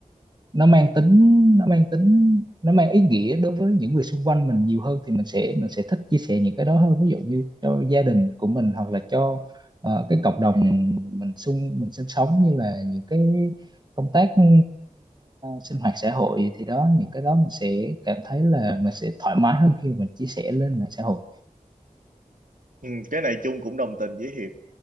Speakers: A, on the right (about 30°); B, on the right (about 75°).
A: nó mang tính nó mang tính nó mang ý nghĩa đối với những người xung quanh mình nhiều hơn thì mình sẽ mình sẽ thích chia sẻ những cái đó hơn ví dụ như cho gia đình của mình hoặc là cho ờ, cái cộng đồng mình xung mình sinh sống như là những cái công tác ừ, sinh hoạt xã hội thì đó những cái đó mình sẽ cảm thấy là mình sẽ thoải mái hơn khi mình chia sẻ lên mạng xã hội
B: ừ, cái này Chung cũng đồng tình với Hiệp